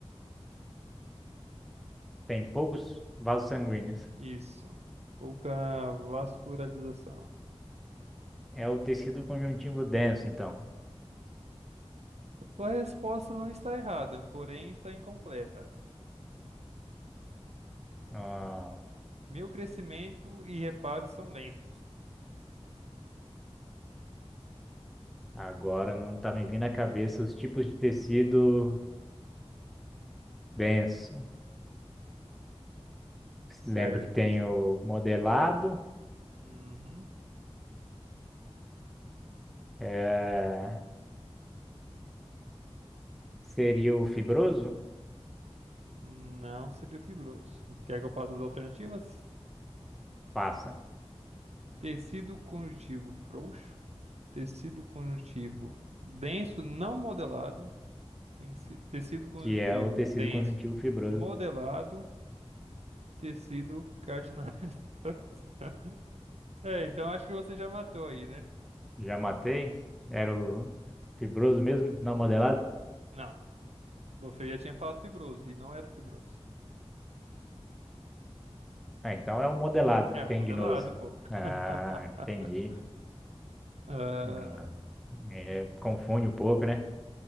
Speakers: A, in the centre; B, on the right.
A: Tem poucos vasos sanguíneos.
B: Isso. Pouca vascularização.
A: É o tecido conjuntivo denso, então.
B: Sua resposta não está errada, porém está incompleta.
A: Ah,
B: Meu crescimento e reparo são lentos.
A: agora não tá me vindo à cabeça os tipos de tecido denso.
B: Certo.
A: Lembro que tem o modelado,
B: Uhum.
A: eh, seria o fibroso,
B: Não seria fibroso. Quer que eu passe as alternativas?
A: passa,
B: Tecido conjuntivo frouxo, tecido conjuntivo denso não modelado, tenci- tecido conjuntivo
A: que é o tecido
B: denso
A: conjuntivo fibroso.
B: modelado, tecido cartilaginoso. <laughs> É, então acho que você já matou aí, né?
A: Já matei? Era o fibroso mesmo? Não modelado?
B: Não, você já tinha falado fibroso e não era fibroso.
A: Ah, então é o modelado,
B: É o
A: tendinoso.
B: modelado, pô.
A: Ah,
B: <laughs>
A: entendi.
B: Ah,
A: Hum, é, confunde um pouco, né?